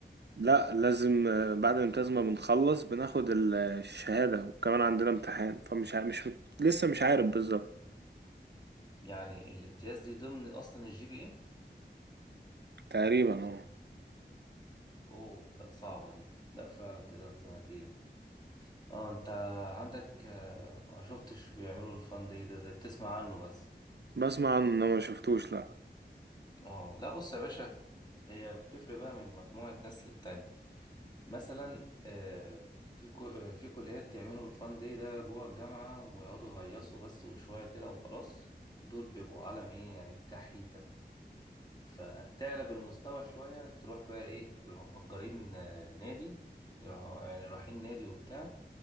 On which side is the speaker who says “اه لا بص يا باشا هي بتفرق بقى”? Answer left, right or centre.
Left